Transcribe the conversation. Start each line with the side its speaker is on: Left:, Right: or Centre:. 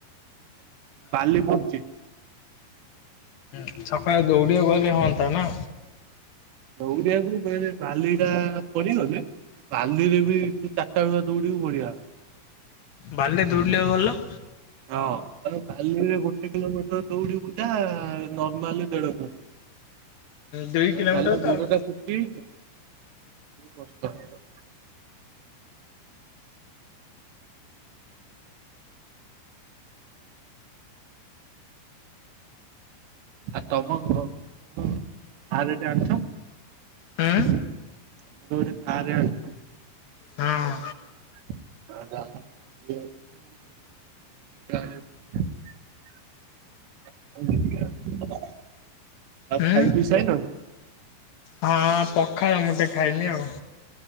Right: ବାଲି ପଡୁଚି
Left: ହୁଁ ସକାଳୁ ଦୌଡିଆକୁ ଗଲେ ହୁଅନ୍ତା ନା।
Right: ଦୌଡ଼ିଆକୁ ବାଲି ଟା ପଡିଗଲେ। ବାଲିରେ ବି ତୁ ଚାରିଟା ବେଳ ଦୌଡିବୁ ବଢିଆ ହବ।
Left: ବାଲିରେ ଦୌଡିଲ ଭଲ।
Right: ହଁ ବାଲିରେ ଗୋଟେ କିଲୋମିଟର ଦୌଡିବୁ ଜାହା ନର୍ମାଲରେ ଦେଢ
Left: ଦୁଇ
Right: ଆ
Left: କିଲୋମିଟର
Right: ବାଲି
Left: ତ
Right: ଗୋଡଟା
Left: ଆଉ।
Right: ପୂତି କଷ୍ଟ ହେବ। ଆଉ ତମ ଘ ଗାଁରେ ଜାଣିନ।
Left: ହୁଁ ହୁଁ
Right: ଆଉ ଗୋଟେ କାରେ ଆଣିଛି।
Left: ହଁ।
Right: ଆ <unintelligible> ଆଉ ଖାଇ ପିସାଇଲଣି?
Left: ହୁଁ ହଁ ପଖାଳ ମୁଠେ ଖାଇଲି ଆଉ।